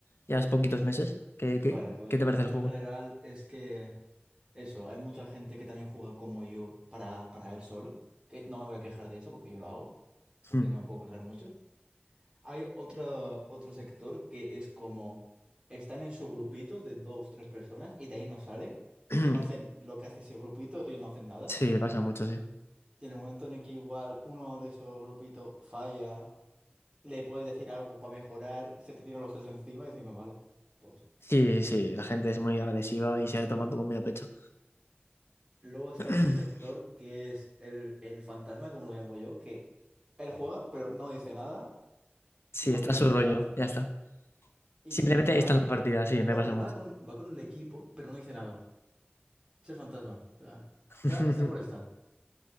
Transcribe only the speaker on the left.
llevas poquitos meses, ¿qué, qué-
qué te
parece
el juego?
Mm.
<clears throat>
Sí, pasa mucho, sí.
Sí, sí, la gente es muy agresiva y se toma todo muy a pecho.
<clears throat>
Sí,
está
su
rollo,
ya está.
Simplemente
está en la partida, sí, me
pasa
mucho.
<laughs>